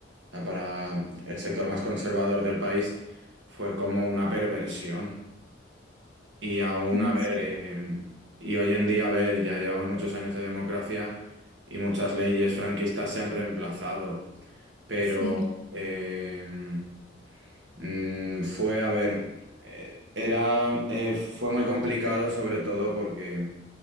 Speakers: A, on the right; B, on the left.
A: o sea, para el sector más conservador del país, fue como una perversión. Y aún,
B: Mm,
A: a ver,
B: Sí,
A: eh, y hoy en día, a ver, ya llevamos muchos años de democracia y muchas leyes franquistas se han reemplazado, pero...
B: sí.
A: eh, Mm, fue, a ver, eh, era, eh, fue muy complicado sobre todo porque,